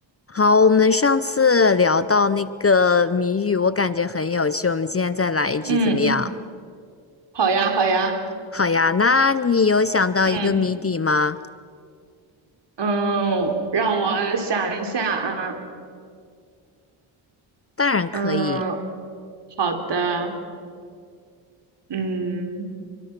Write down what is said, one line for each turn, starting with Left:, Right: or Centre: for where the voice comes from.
Left: 好，我们上次聊到那个谜语，我感觉很有趣，我们今天再来一局怎么样？
Right: 嗯，好呀，好呀，
Left: 好呀，那你有想到一个谜底吗？
Right: 嗯嗯，让我想一下啊，
Left: 当然可以。
Right: 嗯，好的，嗯，